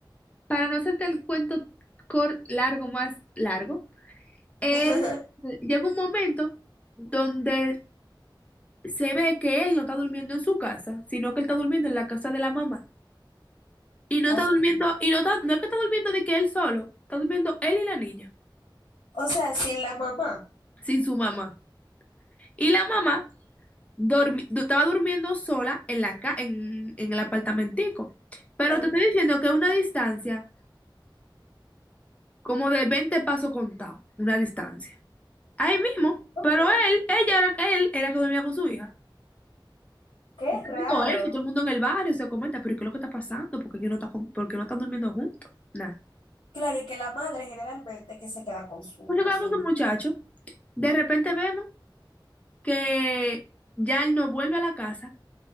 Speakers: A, on the left; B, on the left.
A: para no hacerte el cuento cor- largo más largo, él
B: <laughs>
A: llega un momento donde se ve que él no está durmiendo en su casa, sino que él está durmiendo en la casa de la mamá. Y no
B: Ok.
A: está durmiendo, y no, está- no es que está durmiendo de que él solo, está durmiendo él y la niña,
B: O sea, sin la mamá.
A: sin su mamá. Y la mamá dormi- du- estaba durmiendo sola en la ca- en, en el apartamentico. Pero
B: Ok,
A: te estoy diciendo que una distancia como de 20 pasos contados, una distancia. Ahí mismo.
B: ok.
A: Pero él, ella era, él era que dormía con su hija.
B: Qué
A: Se está
B: raro.
A: viendo eso, todo el mundo en el barrio se comenta, pero ¿qué es lo que está pasando? ¿Por qué no está, jun- por qué no están durmiendo juntos? Nada.
B: Claro, y que la madre generalmente que se queda con su,
A: Pues yo
B: con
A: quedaba
B: su
A: con su
B: niño.
A: muchacho. De repente vemos que ya él no vuelve a la casa